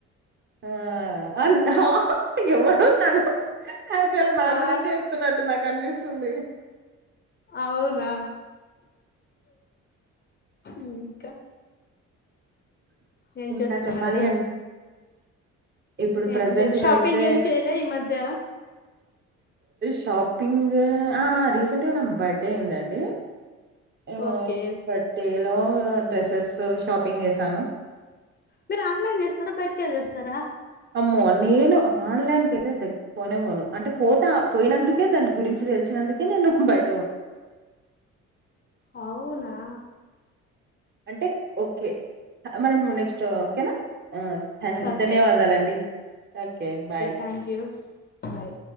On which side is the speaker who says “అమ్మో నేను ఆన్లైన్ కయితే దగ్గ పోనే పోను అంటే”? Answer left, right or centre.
Right